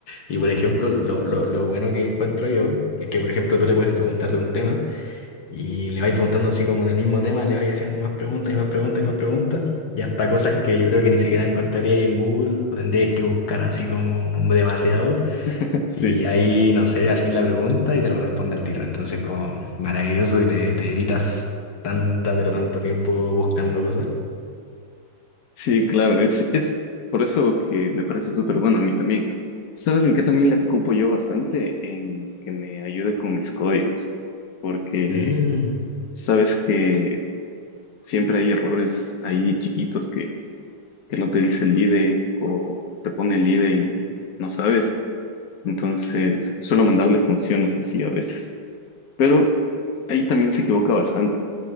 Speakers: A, on the left (about 70°); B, on the left (about 55°).
A: Y por ejemplo, lo, lo, lo bueno que encuentro yo es que, por ejemplo, tú le puedes preguntar de un tema y le vais preguntando así como del mismo tema, le vais haciendo más preguntas y más preguntas y más preguntas. Y hasta cosas que yo creo que ni siquiera encontraría ahí en Google o tendría que buscar así como demasiado.
B: <laughs> sí,
A: Y ahí, no sé, así la pregunta y te lo responde al tiro. Entonces, como maravilloso y te, te evitas tanta, pero tanto tiempo buscando cosas.
B: sí, claro, es, es por eso que me parece súper bueno a mí también. ¿Sabes en qué también la ocupo yo bastante? En que me ayude con mis códigos, porque
A: Mm.
B: sabes que siempre hay errores ahí chiquitos que, que no te dice el IDE o te pone el IDE y no sabes Entonces, suelo mandarle funciones así a veces. Pero ahí también se equivoca bastante,